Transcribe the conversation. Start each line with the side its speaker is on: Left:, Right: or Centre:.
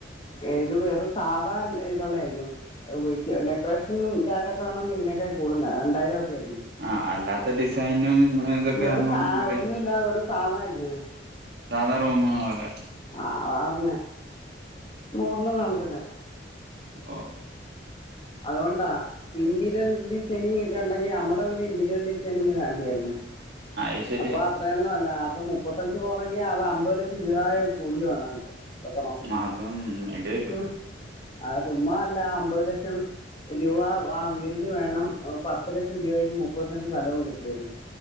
Left: ഇത് വെറും സാധാ ഇതള്ളത് ആായിരിക്കും ഡെക്കറേഷനും ഇതായിട്ടൊക്കെേണെങ്ക ഇതിനൊക്കെ കൂടുന്ന രണ്ടായിരം ഒക്കെ ആയിരിക്കും
Right: ആ അല്ലാത്ത ഡിസൈനും ഇതൊക്കെ
Left: വെറും
Right: ആകുമ്പം
Left: സ
Right: പറയും
Left: ഒന്നും ഇല്ലാതെ ഒരു സാധാ ഇല്ലേ
Right: സാധാ റൂം ആവൂലെ
Left: ആ അതാ പറഞ്ഞെ ഒന്നും കാണത്തില്ല
Right: ഓ ഓ
Left: അതുകൊണ്ടാ ഇൻറ്റീരിയർ ഡിസൈനിങ് ഒക്കെ ഉണ്ടെങ്കിൽ നമ്മടെ വീടെ ഇന്റീരിയർ ഡിസൈനിങ് അല്ലായിരുന്നു
Right: ആ അത് ശരിയാ
Left: അപ്പൊ അത്രയൊന്നും അല്ല അപ്പൊ അത്രയുന്നുമല്ല മുപ്പത്തഞ്ച് കൊറഞ്ഞു അത് അമ്പത് ലക്ഷം രൂപ കൂടുതൽ വേണം ഇപ്പൊ വെക്കണോങ്കി
Right: അതും വേണ്ടി വരും
Left: ഉം ചുമ്മാ അല്ല അമ്പത് ലക്ഷം രൂപ ആ വീടിന് വേണം പത്ത് ലക്ഷം രൂപയ്ക്ക് മുപ്പത് സെന്റ് സ്ഥലവും കിട്ടിയർക്ക്